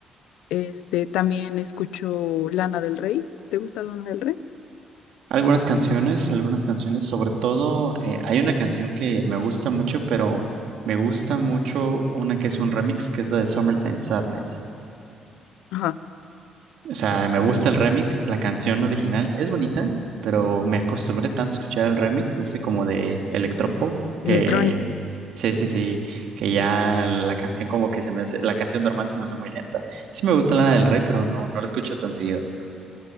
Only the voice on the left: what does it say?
Este, también escucho Lana del Rey. ¿Te gusta Lana del Rey?
Ajá,
electrónica.